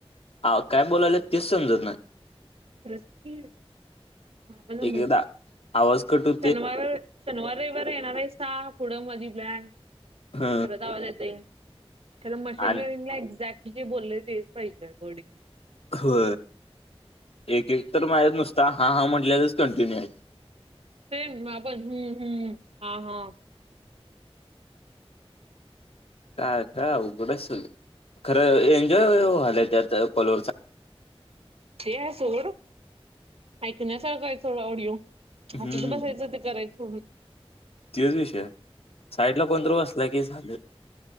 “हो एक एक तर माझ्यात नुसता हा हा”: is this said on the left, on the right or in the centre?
Left